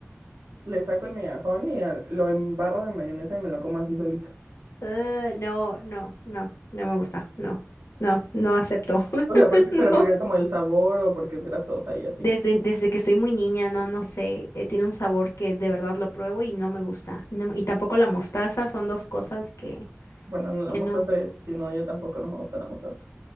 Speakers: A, on the right; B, on the left.
A: le saco el migajón y a- lo embarro de mayonesa y me lo como así solito.
B: Ah, no, no, no, no me gusta. No, no, no acepto. <laughs>
A: O sea, porque- pero porque
B: No.
A: es como el sabor o porque es grasosa y así.
B: Desde, desde que estoy muy niña, no, no sé, eh, tiene un sabor que de verdad lo pruebo y no me gusta. Y, no me- y tampoco la mostaza, son dos cosas que,
A: Bueno, no la
B: que
A: mostaza,
B: no.
A: eh, si no, yo tampoco no me gusta la mostaza.